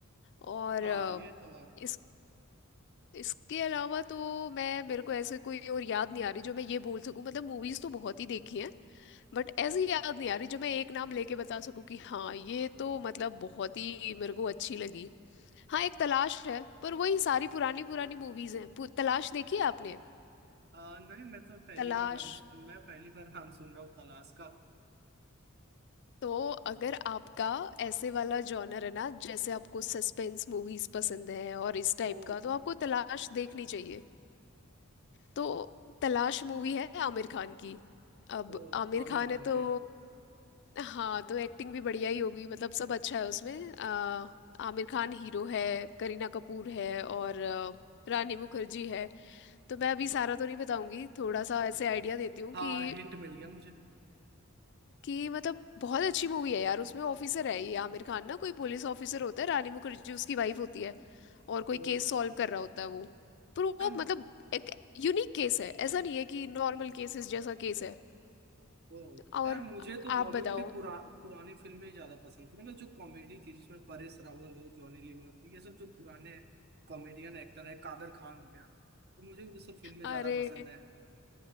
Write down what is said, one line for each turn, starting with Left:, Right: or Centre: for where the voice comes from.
Left: और
Right: हाँ ये तो है
Left: अ, इसके अलावा तो मैं मेरे को ऐसे कोई और याद नहीं आ रही जो मैं ये बोल सकूं मतलब मूवीज तो बहुत ही देखी हैं बट ऐसी याद नहीं आ रही जो मैं एक नाम लेके बता सकूं कि हाँ ये तो मतलब बहुत ही मेरे को अच्छी लगी हाँ एक तलाश है पर वही सारी पुरानी पुरानी मूवीज हैं पु- तलाश देखी है आपने
Right: आ, नहीं मैं तो पहली
Left: तलाश
Right: बार नाम सु- मैं पहली बार नाम सुन रहा हूँ तलाश का
Left: तो अगर आपका ऐसे वाला जॉनर है ना जैसे आपको सस्पेंस मूवीज पसंद है और इस टाइप
Right: ओ
Left: का तो आपको तलाश देखनी चाहिए तो तलाश मूवी है आमिर खान की अब
Right: ओ
Left: आमिर
Right: आमिर
Left: खान है
Right: खान
Left: तो
Right: के
Left: हाँ तो एक्टिंग भी बढ़िया ही होगी मतलब सब अच्छा है उसमें अ, आमिर खान हीरो है करीना कपूर है और अ, रानी मुखर्जी है तो मैं अभी सारा तो नहीं बताऊंगी थोड़ा सा ऐसे आइडिया देती हूँ
Right: हाँ
Left: कि
Right: हिंट मिल गया मुझे
Left: कि मतलब बहुत अच्छी मूवी है यार उसमें ऑफिसर है ये आमिर खान ना कोई पुलिस ऑफिसर होता है रानी मुखर्जी उसकी वाइफ होती है और कोई
Right: ओ
Left: केस सॉल्व कर रहा होता है वो पर वो
Right: यार
Left: मतलब एक यूनिक केस है ऐसा नहीं है कि नॉर्मल केसेस जैसा केस है
Right: ओ
Left: और
Right: यार मुझे तो बॉलीवुड
Left: आप बताओ
Right: के पुरा, पुरानी फिल्में ज्यादा पसंद थी मतलब जो कॉमेडी थी जिसमें परेश रावल हो जॉनी लीवर हो, ये सब जो पुराने कॉमेडियन एक्टर है कादर खान हो गया तो मुझे वो सब फिल्में
Left: अरे
Right: ज्यादा पसंद है